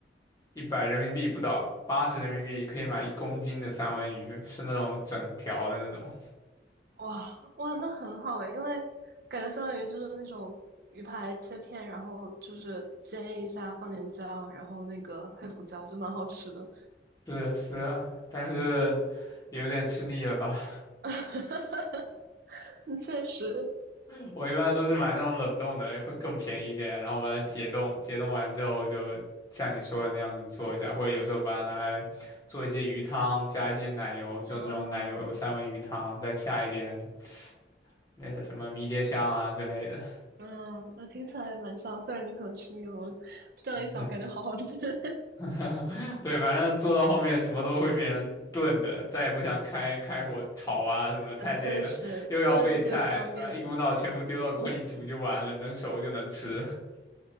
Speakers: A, on the left; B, on the right.
A: 一百人民币不到，八十人民币可以买一公斤的三文鱼，是那种整条的那种。
B: 哇哇，那很好诶，因为感觉相当于就是那种鱼排切片，然后就是煎一下，放点姜，然后那个黑胡椒，就蛮好吃的。
A: 是是啊，但是有点吃腻了吧？
B: <laughs> 嗯确实，
A: <laughs> 我一般都是买那种冷冻的，会更便宜一点，然后把它解冻，解冻完之后就像你说的那样子做一下，或者有时候把它拿来做一些鱼汤，加一些奶油，就那种奶油三文鱼汤，
B: 啊，
A: 再下一点那个什么迷迭香啊之类的。
B: 嗯，那听起来蛮香。虽然你可能吃腻了，我这样一想，
A: 嗯
B: 我感觉好好吃。<laughs>
A: <laughs> 对，反正做到后面什么都会变成炖的，再也不想开开火炒啊什么的，太累了，
B: 嗯，确实，
A: 又要备菜，
B: 炖是最方便的，
A: 然后一股脑全部丢到锅里煮就完了，能熟就能吃。<laughs>